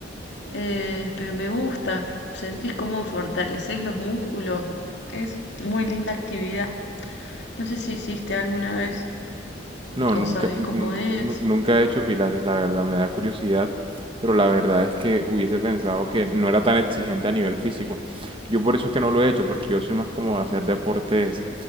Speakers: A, on the left; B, on the right.
A: eh, pero me gusta, sentís cómo fortaleces los músculos. Es muy linda actividad. No sé si hiciste alguna vez
B: No,
A: o
B: nunca,
A: sabes
B: nu-
A: cómo
B: nunca,
A: es.
B: nu- nunca he hecho pilates, la verdad, me da curiosidad, pero la verdad es que hubiese pensado que no era tan exigente a nivel físico. Yo por eso es que no lo he hecho, porque yo soy más como de hacer deportes